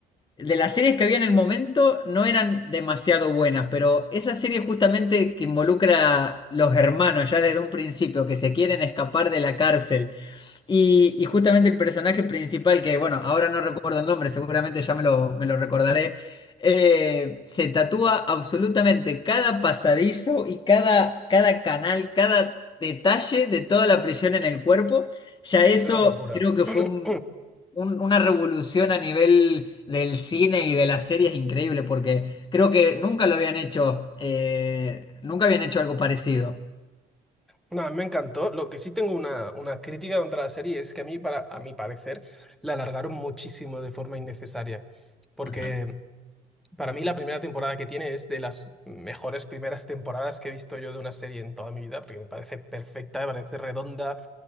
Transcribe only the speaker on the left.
de las series que había en el momento no eran demasiado buenas, pero esa serie justamente que involucra a los hermanos ya desde un principio, que se quieren escapar de la cárcel y, y justamente el personaje principal, que bueno, ahora no recuerdo el nombre, seguramente ya me lo, me lo recordaré, eh, se tatúa absolutamente cada pasadizo y cada, cada canal, cada detalle de toda la prisión en el cuerpo. Ya
eso
creo que
fue un, un- una revolución a nivel del cine y de las series increíble, porque creo que nunca lo habían hecho, eh, nunca habían hecho algo parecido.
Ajá.